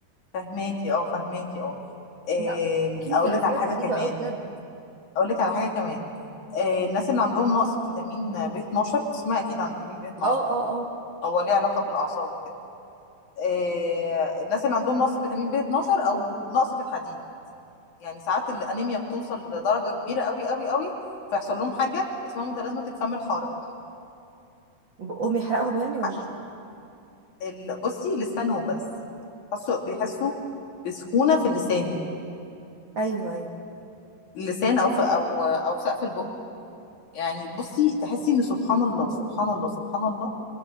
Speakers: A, on the left; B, on the right.
A: فهماكي اه فهماكي اه
B: <laughs>
A: آم،
B: لا في متلازمات
A: اقول لك على حاجه
B: غريبه
A: كمان
B: قوي بجد
A: اقول لك على حاجه كمان آه، الناس اللي عندهم نقص في فيتامين بي 12 بتسمع اكيد عن فيتامين بي 12
B: اه اه اه
A: هو ليه علاقه بالاعصاب وكده آه، الناس اللي عندهم نقص في فيتامين بي 12 او نقص في الحديد يعني ساعات الانيميا بتوصل لدرجه كبيره قوي قوي قوي فيحصل لهم حاجه اسمها متلازمه الفم الحارق
B: بقهم يحرقهم يعني
A: حقيقي
B: ولا إيه؟
A: ال- بصي لسانهم بس بيحسوا بيحسوا بسخونة في اللسان
B: ايوه ايوه
A: اللسان او في او او سقف البق يعني بصي تحسي ان سبحان الله سبحان الله سبحان الله